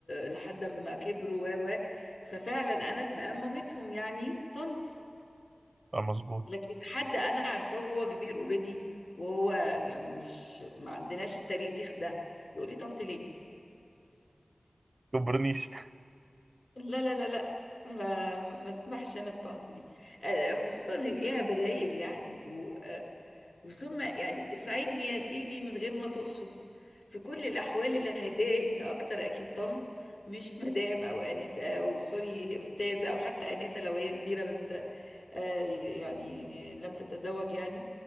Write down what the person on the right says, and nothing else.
آه، مظبوط
كبرنيش